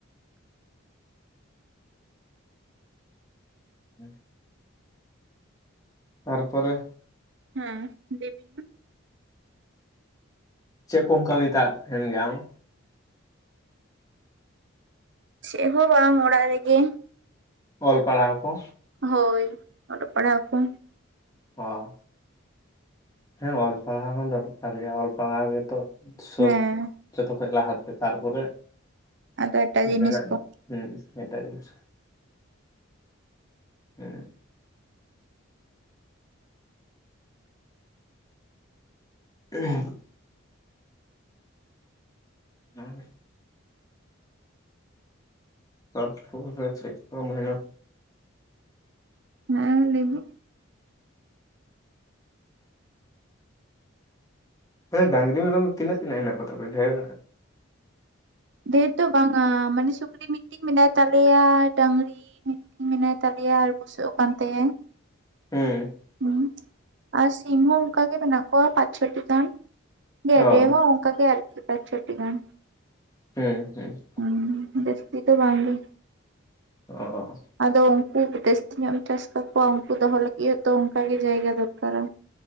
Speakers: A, on the left; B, on the right.
A: <inaudible> ᱛᱟᱨᱯᱚᱨᱮ
B: ᱦᱮᱸ ᱫᱮᱵᱤ
A: ᱪᱮᱫ ᱠᱚᱢ ᱠᱟᱹᱢᱤ ᱛᱟᱜ ᱮᱱ ᱜᱮ ᱟᱢ
B: ᱪᱮᱜ ᱦᱚᱸ ᱵᱟᱝ ᱚᱲᱟᱜ ᱨᱮᱜᱮ
A: ᱚᱞ ᱯᱟᱲᱦᱟᱣ ᱠᱚ?
B: ᱦᱳᱭ ᱚᱞᱚᱜ ᱯᱟᱲᱦᱟᱣ ᱠᱚ᱾
A: ᱚ ᱦᱮᱸ ᱚᱞ ᱯᱟᱲᱦᱟᱣ ᱦᱚᱸ ᱫᱚᱨᱠᱟᱨ ᱜᱮᱭᱟ ᱚᱞ ᱯᱟᱲᱦᱟᱣ ᱜᱮᱛᱚ ᱥᱚᱵ
B: ᱦᱮᱸ
A: ᱡᱚᱛᱚ ᱠᱷᱚᱡ ᱞᱟᱦᱟᱛᱮ ᱛᱟᱨᱯᱚᱨᱮ,
B: ᱟᱫᱚ ᱮᱴᱟᱜ ᱡᱤᱱᱤᱥ
A: ᱢᱮᱱᱟᱜ ᱜᱮ
B: ᱠᱚ
A: ᱦᱩᱸ ᱮᱴᱟᱜ ᱡᱤᱱᱤᱥ ᱦᱮᱸ ᱦᱮᱸ ᱩᱸ ᱛᱟᱨ ᱯᱚᱨᱮ ᱪᱮᱜ ᱠᱚ ᱢᱮᱱᱟ?
B: ᱦᱮᱸ ᱞᱟᱹᱭᱵᱤᱱ
A: ᱢᱟᱱᱮ ᱰᱟᱝᱨᱤ ᱢᱮᱨᱚᱢ ᱫᱚ ᱛᱤᱱᱟᱹᱜ ᱛᱱᱟᱹᱜ ᱮᱱᱟᱜ ᱠᱚ ᱛᱟᱯᱮ? ᱰᱷᱹᱮᱨ
B: ᱰᱷᱮᱨ ᱫᱚ ᱵᱟᱝᱟ ᱢᱟᱱᱮ ᱥᱩᱠᱨᱤ ᱢᱤᱫᱴᱤᱡ ᱢᱮᱱᱟᱭ ᱛᱟᱞᱮᱭᱟ ᱰᱟᱹᱝᱨᱤ ᱢᱤᱫᱴᱮᱱ ᱢᱮᱱᱟᱭ ᱛᱟᱞᱮᱭᱟ ᱟᱨ ᱵᱩᱡᱟᱹᱜ ᱠᱟᱱ ᱛᱟᱭᱧ <unintelligible>
A: ᱦᱩᱸ᱾
B: ᱦᱩ ᱟᱨ ᱥᱤᱢ ᱦᱚᱸ ᱚᱱᱠᱟ ᱜᱮ ᱢᱮᱱᱟᱜ ᱠᱚᱣᱟ ᱯᱟᱸᱪ ᱪᱷᱚᱴᱤ ᱜᱟᱱ ᱜᱰᱮ
A: ᱚ
B: ᱦᱚᱸᱚᱱᱠᱟ ᱜᱮ ᱟᱨᱠ ᱯᱟ ᱪᱷᱚᱴᱤ ᱜᱟᱱ᱾
A: ᱦᱮᱸ ᱦᱮᱸ
B: ᱦᱩᱸ ᱡᱟᱥᱛᱤ ᱫᱚ ᱵᱟᱝ ᱜᱮ
A: ᱚ
B: ᱟᱫᱚ ᱩᱱᱠᱩ ᱡᱟᱹᱥᱛᱤ ᱧᱚᱜ ᱮᱢ ᱪᱟᱥ ᱠᱟᱠᱚᱣᱟ ᱩᱱᱠᱩ ᱫᱚᱦᱚ ᱞᱟᱹᱜᱤᱫ ᱦᱚᱸᱛᱚ ᱚᱱᱠᱟ ᱜᱮ ᱡᱟᱭᱜᱟ ᱫᱚᱨᱠᱟᱨᱟ᱾